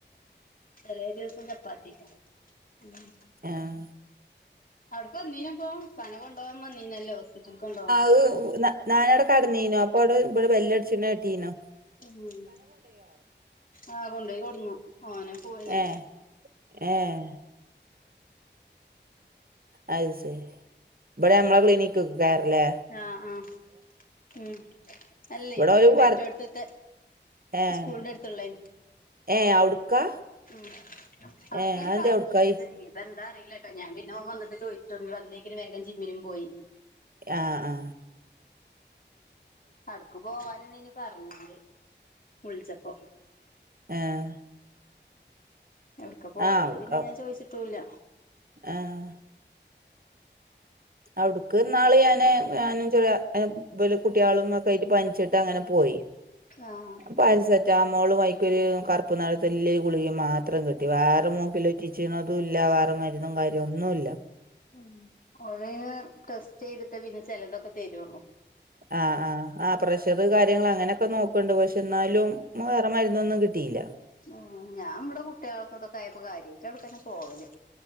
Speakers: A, on the left (about 50°); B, on the right (about 50°).
A: ചെലേദിവസം ചപ്പാത്യയ്ക്കാരം ഉം
B: ആഹ്
A: അവിട്ക്ക് വന്നീനോ ഇപ്പോ ഇപ്പാനെ കൊണ്ടോവാൻ വന്നീനല്ലോ ഹോസ്പിറ്റൽക്ക് കൊണ്ടോവാൻ
B: ആ് ന്നാ ഞാനവിടെ കടന്നീനു അപ്പോ അവിടെ ഇബടെ ബെല്ലട്ച്ച്ണെ കേട്ടീന്നു
A: ഉം ആഹ് കൊണ്ടോയി കൊട്ന്നു ഓനാ പോയിനെ
B: ഏഹ് ഏഹ് അഅ് ശരി ഇബടെ നമ്മളെ ക്ലിനക്ക്ക്കാരല്ലേ
A: ആഹ് ആഹ് ഉം അല്ലെയ്
B: ഇവിടെ ഓല്
A: മറ്റോട്ത്ത്ത്തെ
B: പറ ഏഹ്
A: സ്കൂളിന്റെ അടുത്തുള്ളേ
B: ഏഹ് അവിടുക്കാ?
A: ഉം അവ്ട്ക്കേല്
B: ഏഹ് അതെന്തേ
A: പറഞ്ഞീന്റത്
B: അവിടുക്കായി
A: പ്പെന്താറില്ലട്ടോ ഞാ പിന്നെ ഓൻ വന്ന്ട്ട് ചോയിച്ചിട്ടു <unintelligible> വന്നേക്കിന് വേഗം ജിമ്മിനും പോയി
B: ആ ആ
A: അവട്ക്കു പോവാന് ന്നെന്നു പറഞ്ഞാല് വിളിച്ചപ്പോ
B: ഏഹ്
A: എവ്ട്ക്കാ പോയത്
B: ആഹ് അവിടുക്കാ
A: പിന്നെ ഞാൻ ചോയിച്ചിട്ടൂല്ല.
B: ആഹ് അവ്‌ട്ക്ക്ന്നാള് ഞാന് ഞാനും ചെറേ ഏ ബല് കുട്ട്യേളും ഒക്കേയിട്ട് പനിച്ചിട്ട് അങ്ങനെ പോയി.
A: ആഹ്
B: പാരസെറ്റാമോളും അയ്ക്കൊരു കറുപ്പ് നിറത്തിലുല്ല ഗുളികിം മാത്രം കിട്ടി വേറെ മൂക്കില് റ്റിച്ചിണതുംല്ലാ. വേറ മരുന്നും കാര്യം ഒന്നുംല്ല.
A: ഉം ഓലയ്ൻ ടെസ്റ്റ് ചെയ്തിട്ടേ പിന്നെ ചെലതൊക്കെ തരു
B: ആഹ് ആഹ്. ആ പ്രഷറ് കാര്യങ്ങള അങ്ങനൊക്കെ നോക്ക്ണ്ട്. പക്ഷെ ന്നാലും വേറെ മരുന്നൊന്നും കിട്ടിയില്ല.
A: ഉം. ഞാവ്ടെ കുട്ട്യേൾക്ക് തൊക്കായപ്പൊ കാര്യായിട്ട് അവ്ട്ക്കന്നെ പോവല്.